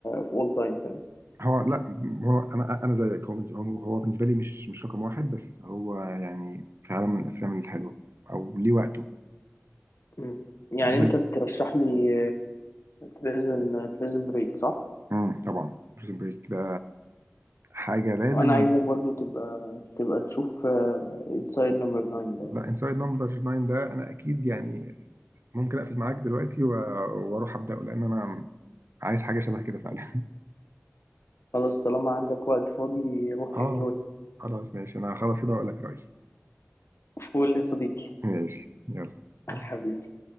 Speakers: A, on the left; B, on the right.
A: في اول تايم فاهم
B: هو لا هو انا انا زيك هو هو هو بالنسبه لي مش مش رقم واحد بس هو يعني فعلا من الافلام الحلوه او ليه وقته
A: مم. يعني
B: لا
A: انت ترشح لي بريزن بريزن بريك صح
B: مم. طبعا بريزن بريك ده حاجه لازم
A: وانا عايزك برضو تبقى تبقى تشوف انسايد نمبر 9
B: لا
A: ده
B: انسايد نمبر 9 ده انا اكيد يعني ممكن اقفل معاك دلوقتي و- واروح ابداه لان انا عايز حاجه شبه كده فعلا <laughs>
A: خلاص طالما عندك وقت فاضي روح
B: اه
A: انجوي
B: خلاص ماشي انا خلاص كده هقول لك رايي
A: فول يا صديقي
B: ماشي يلا
A: حبيبي